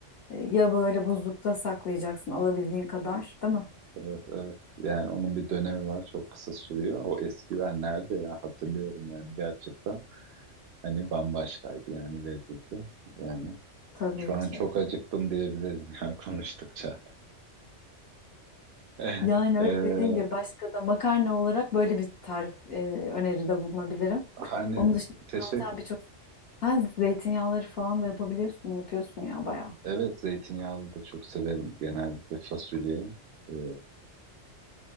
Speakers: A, on the left (about 60°); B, on the right (about 60°).
A: e, ya böyle buzlukta saklayacaksın alabildiğin kadar, değil mi?
B: Evet, evet. Yani onun bir dönemi var. Çok kısa sürüyor. O eskiler nerede ya? Hatırlıyorum yani gerçekten. Hani bambaşkaydı yani lezzeti. Yani
A: Tabii
B: şu
A: ki.
B: an çok acıktım diyebilirim ya <laughs> konuştukça. <laughs>
A: Yani
B: Ee,
A: öyle dediğim gibi başka da makarna olarak böyle bir tarif e, öneride bulunabilirim.
B: hani
A: Onun dışında
B: teşekkür.
A: zaten birçok ha, zeytinyağları falan da yapabiliyorsun, yapıyorsun ya bayağı.
B: Evet zeytinyağlı da çok severim genellikle fasulye. Ee,